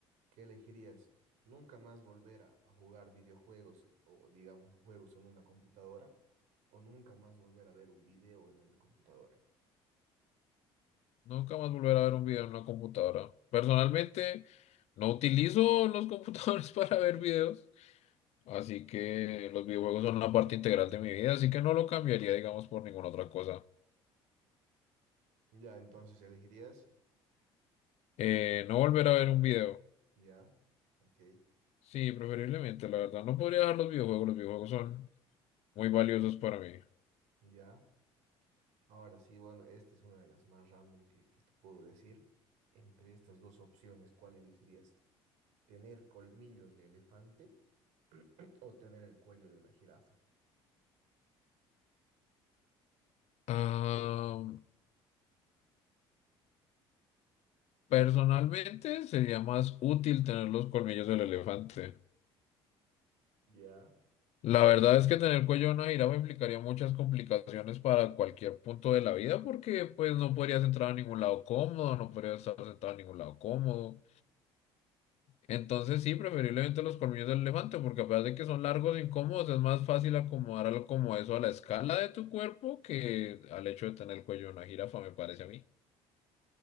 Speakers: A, on the right; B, on the left.
A: ¿Qué elegirías? ¿Nunca más volver a, a jugar videojuegos eh, o, digamos, juegos en una computadora? ¿O nunca más volver a ver un video en una computadora?
B: Nunca más volver a ver un video en una computadora. Personalmente, no utilizo los computadores <laughs> para ver videos. Así que los videojuegos son una parte integral de mi vida, así que no lo cambiaría, digamos, por ninguna otra cosa.
A: Ya, entonces elegirías,
B: Eh, no volver a ver un video.
A: ya, ok,
B: Sí, preferiblemente, la verdad. No podría dejar los videojuegos, los videojuegos son muy valiosos para mí.
A: ya. Ahora sí, bueno, esta es una de las más random que, que te puedo decir. Entre estas dos opciones, ¿cuál elegirías? ¿Tener colmillos de elefante <clears throat> o tener el cuello de una jirafa?
B: Ah, personalmente sería más útil tener los colmillos del elefante.
A: Ya.
B: La verdad es que tener el cuello de una jirafa implicaría muchas complicaciones para cualquier punto de la vida porque pues no podrías entrar a ningún lado cómodo, no podrías estar sentado en ningún lado cómodo. Entonces sí, preferiblemente los colmillos del elefante, porque a pesar de que son largos e incómodos, es más fácil acomodar algo como eso a la escala de tu cuerpo que al hecho de tener el cuello de una jirafa, me parece a mí.